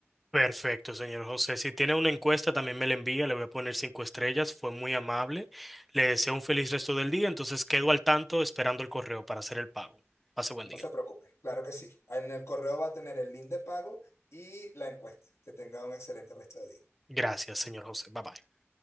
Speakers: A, in the centre; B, on the left.
A: Perfecto, señor José. Si tiene una encuesta, también me la envía. Le voy a poner cinco estrellas. Fue muy amable. Le deseo un feliz resto del día. Entonces quedo al tanto esperando el correo para hacer el pago. Pase buen
B: No
A: día.
B: se preocupe, claro que sí. En el correo va a tener el link de pago y la encuesta. Que tenga un excelente resto de día.
A: Gracias, señor José. Bye bye.